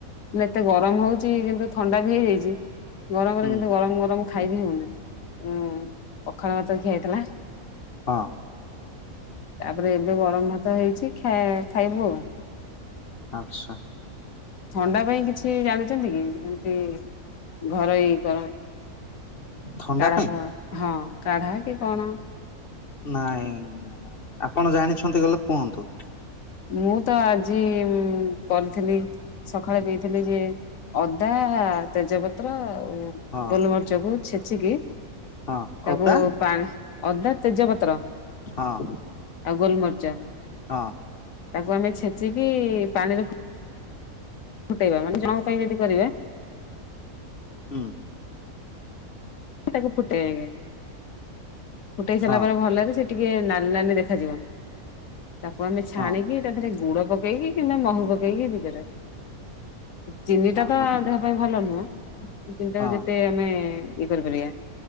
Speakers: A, on the left (about 65°); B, on the left (about 45°).
A: ଏତେ ଗରମ ହଉଛି କିନ୍ତୁ ଥଣ୍ଡା ବି ହେଇଯାଇଛି ଗରମରେ
B: ହୁଁ
A: କିନ୍ତୁ ଗରମ ଗରମ ଖାଇବି ହଉନି ଉଁ ପଖାଳ ଭାତ ଖିଆହେଇଥିଲା।
B: ହଁ।
A: ତାପରେ ଏବେ ଗରମ ଭାତ ହେଇଛି ଖ ଖାଇବୁ ଆଉ।
B: ଆଚ୍ଛା।
A: ଥଣ୍ଡା ପାଇଁ କିଛି ଜାଣିଛନ୍ତି କି? ଯେମିତି ଘରୋଇ କଣ
B: ଥଣ୍ଡା
A: କାଢ଼ା
B: ପାଇଁ
A: ହଁ କାଢ଼ା କି କଣ?
B: ନାଇଁ ଆପଣ ଜାଣିଛନ୍ତି ଗଲେ କୁହନ୍ତୁ।
A: ମୁଁ ତ ଆଜି କରିଥିଲି ସକାଳେ ପିଇଥିଲି ଯେ ଅଦା, ତେଜପତ୍ର, ଆଉ
B: ହଁ
A: ଗୋଲମରିଚକୁୁ ଛେଚିକି
B: ହଁ
A: ତାକୁ
B: ଅଦା
A: ପାଣି ଅଦା, ତେଜପତ୍ର,
B: ହଁ
A: ଆଉ ଗୋଲମରିଚ।
B: ହଁ।
A: ତାକୁ ଆମେ ଛେଚିକି ପାଣିରେ ଫୁ- ଫୁଟେଇବା ମାନେ ଜଣକ ପାଇଁ ଯଦି କରିବା
B: ହୁଁ।
A: ତାକୁ ଫୁଟେଇବେ ଫୁଟେଇ ସାରିଲା
B: ହଁ
A: ପରେ ଭଲରେ ସେ ଟିକେ ନାଲି ନାଲି ଦେଖାଯିବ ତାକୁ ଆମେ ଛାଣିକି
B: ହଁ
A: ତାଥିରେ ଗୁଡ଼ ପକ ପକେଇକି କିମ୍ବା ମହୁ ପକେଇକି ପିଇପାରିବେ। ଚିନିଟା
B: ହଁ
A: ତ
B: ହଁ
A: ଦେହ ପାଇଁ ଭଲ ନୁହଁ ଚିନିଟାକୁ
B: ହଁ
A: ଯେତେ ମାନେ କରିପାରିବା।